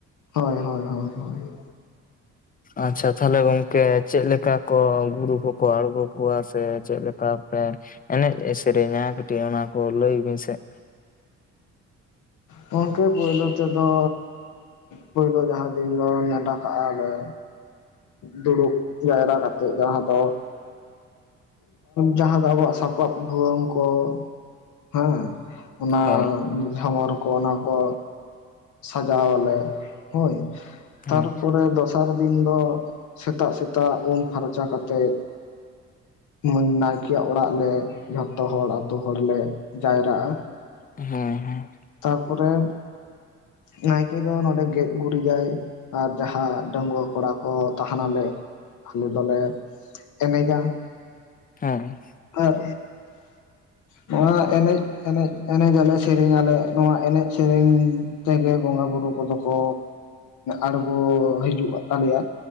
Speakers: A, on the left (about 80°); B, on the left (about 30°).
A: ᱦᱚᱭ ᱦᱚᱭ ᱦᱚᱭ
B: ᱟᱪᱪᱷᱟ ᱛᱟᱦᱚᱞᱮ ᱜᱚᱝᱠᱮ ᱪᱮᱫ ᱞᱮᱠᱟ ᱠᱚ ᱜᱩᱨᱩ ᱠᱚᱠᱚ ᱟᱬᱜᱚ ᱠᱚᱣᱟ ᱥᱮ ᱪᱮᱫ ᱠᱟ ᱯᱮ ᱮᱱᱮᱡ ᱥᱮᱨᱮᱧᱟ ᱠᱟᱹᱴᱤᱡ ᱚᱱᱟ ᱠᱚ ᱞᱟᱹᱭ ᱵᱤᱱ ᱥᱮ᱾ <unintelligible>
A: ᱜᱚᱢᱠᱮ ᱯᱳᱭᱞᱩ ᱛᱮᱫᱚ ᱯᱩᱭᱞᱳ ᱡᱟᱦᱟᱸᱟ ᱫᱤᱱ ᱫᱚ ᱱᱰᱟᱠᱟ ᱠᱟᱜ ᱟᱞᱮ ᱫᱩᱲᱩᱵ ᱡᱟᱣᱨᱟ ᱠᱟᱛᱮᱜ ᱡᱟᱦᱟᱸ ᱫᱚ ᱡᱟᱦᱟᱸ ᱫᱚ ᱟᱵᱚᱣᱟᱜ ᱥᱟᱯᱟᱵ ᱵᱷᱩᱣᱟᱹᱝ ᱠᱚ ᱦᱮᱸ᱾ ᱚᱱᱟ
B: ᱦᱳᱭ
A: ᱡᱚᱢᱚᱨ ᱠᱚ ᱚᱱᱟ ᱠᱚ ᱥᱟᱡᱟᱣ ᱟᱞᱮ᱾ ᱦᱳᱭ
B: ᱦᱳᱭ
A: ᱛᱟᱨᱯᱚᱨ ᱫᱚᱥ <unintelligible> ᱫᱤᱱ ᱫᱚ ᱥᱮᱛᱟᱜ ᱥᱮᱛᱟᱜ ᱩᱢ ᱯᱷᱟᱨᱪᱟ ᱠᱟᱛᱮᱜ ᱩᱢ ᱱᱟᱭᱠᱮᱭᱟᱜ ᱚᱲᱟᱜ ᱞᱮ ᱡᱷᱚᱛᱚ ᱦᱚᱲ ᱟ ᱟᱹᱛᱩᱳ ᱦᱚᱲᱞᱮ ᱡᱟᱣᱨᱟᱜᱼᱟ᱾
B: ᱦᱮᱸ ᱦᱮᱸ᱾
A: ᱛᱟᱯᱚᱨᱮ ᱱᱟᱭᱠᱮ ᱫᱚ ᱱᱚᱰᱮ ᱜᱮᱡ ᱜᱩᱨᱤᱡᱟᱭ᱾ ᱟᱨ ᱡᱟᱦᱟᱸ ᱰᱟᱺᱜᱣᱟᱹ ᱠᱚᱲᱟ ᱠᱚ ᱛᱟᱦᱮᱱᱟᱞᱮ ᱟᱞᱮ ᱫᱚᱞᱮ ᱮᱱᱮᱡᱟ᱾
B: ᱦᱮᱸ᱾
A: ᱟᱨ ᱱᱚᱣᱟ ᱮᱱᱮᱡ ᱮᱱᱮᱡ ᱮᱱᱮᱡ ᱟᱞᱮ ᱥᱮᱨᱮᱧ ᱟᱞᱮ ᱱᱚᱣᱟ ᱮᱱᱮᱡ ᱥᱮᱨᱮᱧ ᱛᱮᱜᱮ ᱵᱚᱸᱜᱟ ᱵᱩᱨᱩᱳ ᱠᱚᱫᱚ ᱠᱚ ᱟᱲᱜᱚ ᱦᱤᱡᱩᱜ ᱛᱟᱞᱮᱭᱟ᱾